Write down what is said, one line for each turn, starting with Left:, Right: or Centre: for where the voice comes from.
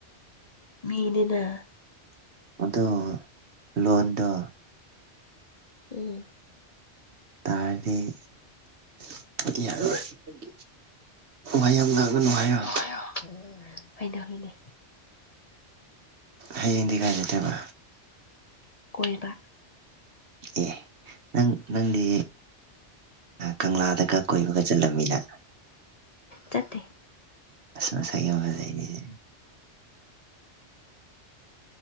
Left: ꯃꯤꯅꯤꯅ
Right: ꯑꯗꯨ ꯂꯣꯟꯗꯣ
Left: ꯎꯝ
Right: ꯇꯥꯔꯗꯤ <unintelligible> ꯋꯥ ꯌꯥꯝ ꯉꯥꯡꯒꯅꯨ ꯍꯥꯏꯌ‌ꯣ
Left: <unintelligible> ꯍꯣꯏꯗ ꯍꯣꯏꯅꯦ
Right: ꯍꯌꯦꯡꯗꯤ ꯀꯥꯏ ꯆꯠꯇꯣꯏꯕ
Left: ꯀꯣꯏꯕ
Right: ꯑꯦ ꯅꯪ ꯅꯪꯗꯤ ꯀꯪꯂꯥꯗꯒ ꯀꯣꯏꯕꯒ ꯆꯠꯂꯝꯃꯤꯅ
Left: ꯆꯠꯇꯦ
Right: ꯑꯁ ꯃꯁꯛ ꯌꯥꯝꯅ ꯐꯖꯩꯅꯦ